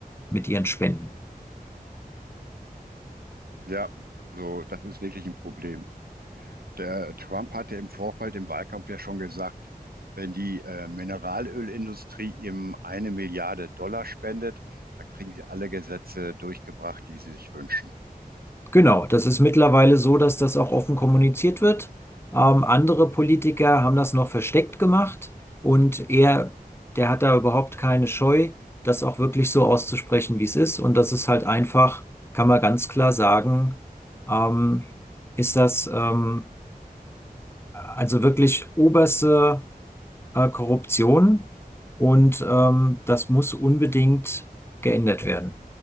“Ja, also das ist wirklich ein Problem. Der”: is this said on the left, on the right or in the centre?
Right